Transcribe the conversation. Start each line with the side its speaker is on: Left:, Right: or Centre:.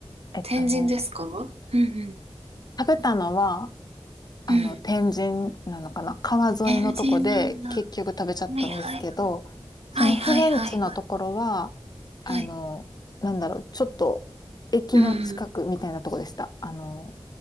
Left: えっとね、
Right: 天神ですかうんうん。
Left: 食べたのは、あの、
Right: うん。
Left: 天神なのかな川沿いのとこで結局食べちゃったんですけど、
Right: 天神なんだ。はいはい。はいはいはいはい。
Left: そのフレンチのところは、
Right: はい。
Left: あの、なんだろう、ちょっと駅の近くみたいなとこでした。
Right: うんうん。
Left: あの、